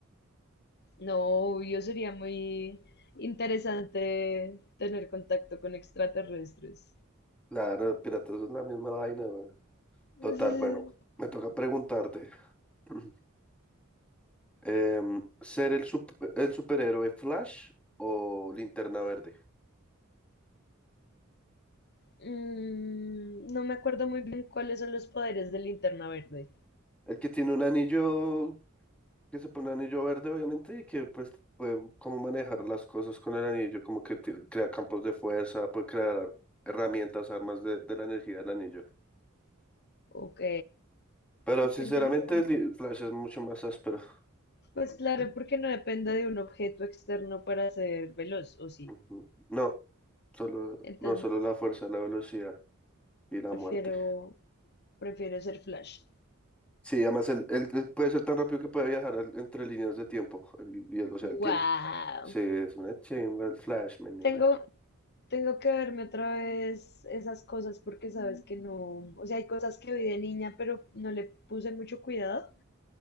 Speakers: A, on the left; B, in the centre.
A: No, yo sería muy interesante tener contacto con extraterrestres.
B: Claro, piratas es la misma vaina, güey.
A: <laughs>
B: Total, bueno, me toca preguntarte. <clears throat> em, ¿ser el, sup- el superhéroe Flash o Linterna Verde?
A: Mm, no me acuerdo muy bien cuáles son los poderes de Linterna Verde.
B: El que tiene un anillo, que se pone un anillo verde, obviamente, y que pues puede como manejar las cosas con el anillo, como que te- crea campos de fuerza, puede crear herramientas, armas de, de la energía del anillo.
A: Ok,
B: Pero
A: está
B: sinceramente,
A: interesante.
B: el Flash es mucho más áspero.
A: Pues claro, porque no depende de un objeto externo para ser veloz, ¿o sí?
B: Ujú. No. Solo,
A: Entonces,
B: no solo la fuerza, la velocidad y la
A: prefiero,
B: muerte.
A: prefiero ser Flash.
B: Sí, además él, él- él puede ser tan rápido que puede viajar al- entre líneas de tiempo. el- y el- o sea,
A: Wow.
B: el tiempo. Sí, es una chimba el Flash, me nigga.
A: Tengo tengo que verme otra vez esas cosas porque sabes que no, o sea, hay cosas que vi de niña, pero no le puse mucho cuidado